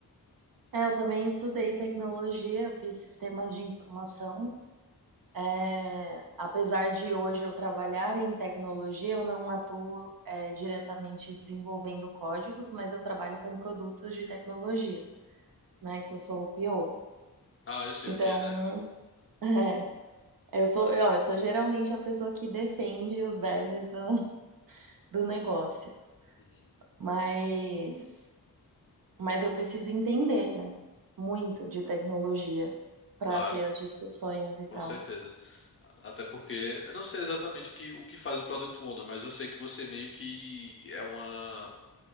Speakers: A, on the right (about 60°); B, on the left (about 35°).
A: É, eu também estudei tecnologia, eu fiz sistemas de informação É, apesar de hoje eu trabalhar em tecnologia, eu não atuo, é, diretamente desenvolvendo códigos, mas eu trabalho com produtos de tecnologia, né? Que eu sou o PO.
B: Ah, eu sei
A: Então,
B: o que é, né?
A: <laughs> é, eu sou, ó, eu sou geralmente a pessoa que defende os devs do, do negócio,
B: Uhum.
A: mas, mas eu preciso entender, né? Muito de tecnologia para
B: Claro.
A: ter as discussões e
B: Com
A: tal.
B: certeza. A- Até porque eu não sei exatamente o que, o que faz o Product Owner, mas eu sei que você meio que é uma